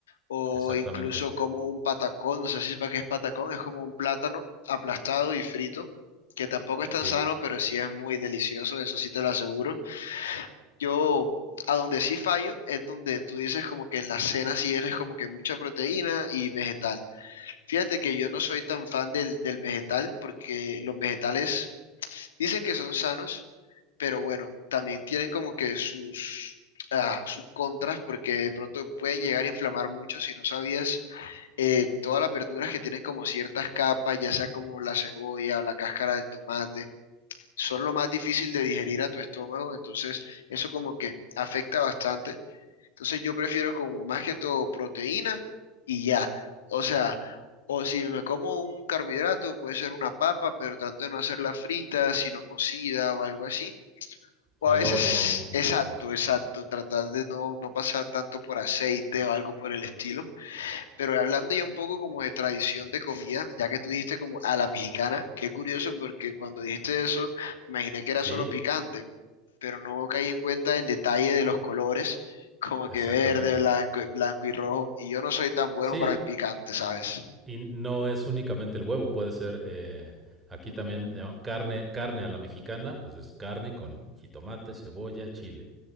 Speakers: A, on the left; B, on the right.
A: o
B: exactamente.
A: incluso como un patacón, no sé si sepa qué es patacón, es como un plátano aplastado y frito, que tampoco es tan
B: Sí,
A: sano, pero sí es muy delicioso, eso sí te lo aseguro. Yo, a donde sí fallo, es donde tú dices como que en la cena sí eres como que mucha proteína y vegetal. Fíjate que yo no soy tan fan del, del vegetal, porque los vegetales Dicen que son sanos, pero bueno, también tienen como que sus, ah, sus contras, porque de pronto pueden llegar a inflamar mucho si no sabías eh, todas las verduras que tienen como ciertas capas, ya sea como la cebolla o la cáscara del tomate, son lo más difícil de digerir a tu estómago, entonces eso como que afecta bastante. Entonces yo prefiero como más que todo proteína y ya. O sea, o si me como un carbohidrato, puede ser una papa, pero trato de no hacerla frita, sino cocida o algo así. O
B: al
A: a veces,
B: horno. o-
A: exacto,
B: o que
A: exacto,
B: Sí.
A: tratar de no, no pasar tanto por aceite o algo por el estilo. Pero hablando ya un poco como de tradición de comida, ya que tú dijiste como a la mexicana, qué curioso porque cuando dijiste eso, me imaginé que era solo
B: Sí,
A: picante pero no caí en cuenta el detalle de los colores, <laughs> como
B: exactamente.
A: que verde, blanco, blanco y rojo, y yo no soy tan bueno
B: Sí,
A: para el picante, ¿sabes?
B: y no es únicamente el huevo, puede ser eh, aquí también eh, carne, carne a la mexicana, pues es carne con jitomate, cebolla, chile.